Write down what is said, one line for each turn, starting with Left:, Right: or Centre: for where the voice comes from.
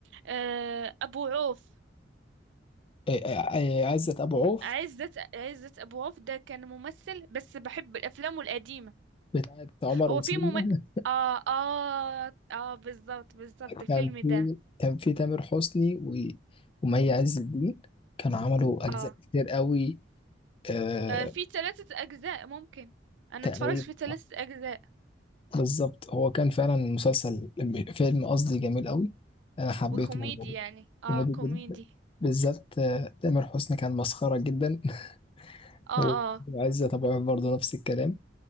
Right: آه أبو عوف
Left: آه، آه، آه، عزت ابو عوف
Right: عزت عزت أبو عوف ده كان ممثل بس بحب أفلامه القديمة
Left: بتاعت عمر
Right: هو
Left: وسلمى
Right: في مم... آه آه آه بالظبط بالظبط الفيلم
Left: كان
Right: ده
Left: في كان في تامر حسني و... ومي عز الدين كانوا عملوا أجزاء
Right: آه,
Left: كتير قوي آه...
Right: آه في ثلاثة أجزاء ممكن أنا
Left: تقريبا
Right: اتفرجت في ثلاثة أجزاء
Left: بالظبط هو كان فعلا مسلسل فيلم قصدي جميل قوي أنا حبيته
Right: وكوميدي يعني آه
Left: كوميدي
Right: كوميدي
Left: جدا بالذات آه، تامر حسني كان مسخرة جدا <laughs>
Right: آه آه
Left: وعزة طبعا برضه نفس الكلام